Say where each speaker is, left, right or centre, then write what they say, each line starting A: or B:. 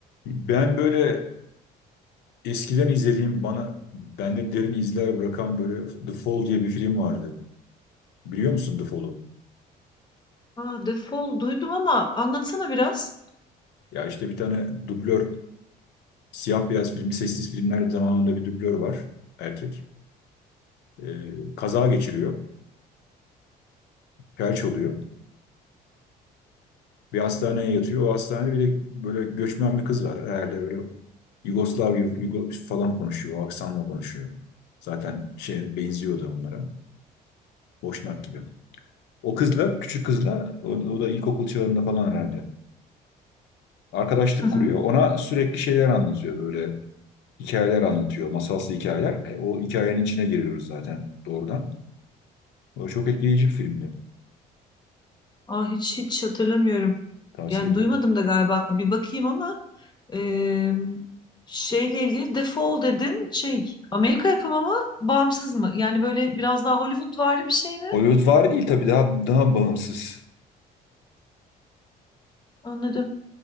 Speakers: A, on the left; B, on the left.
A: Ben böyle eskiden izlediğim bana bende derin izler bırakan böyle The Fall diye bir film vardı. Biliyor musun The Fall'u?
B: Aa, defol duydum ama anlatsana biraz.
A: Ya işte bir tane dublör siyah beyaz film sessiz filmler zamanında bir dublör var erkek. Ee, kaza geçiriyor. Felç oluyor. Bir hastaneye yatıyor. O hastanede bir de böyle göçmen bir kız var. Herhalde böyle Yugoslav gibi Yugo falan konuşuyor. O aksanla konuşuyor. Zaten şey benziyordu onlara. Boşnak gibi. O kızla, küçük kızla, o, o da ilkokul çağında falan herhalde. arkadaşlık
B: Hı hı.
A: kuruyor. Ona sürekli şeyler anlatıyor böyle hikayeler anlatıyor. Masalsı hikayeler. E, o hikayenin içine giriyoruz zaten doğrudan. O çok etkileyici bir filmdi.
B: Aa, hiç hiç hatırlamıyorum.
A: Tavsiye
B: Yani
A: ederim.
B: duymadım da galiba bir bakayım ama eee, şeyle ilgili defol dedin şey Amerika yapımı mı bağımsız mı? Yani böyle biraz daha Hollywood vardı bir şey mi?
A: Hollywoodvari değil tabii daha daha bağımsız.
B: Anladım.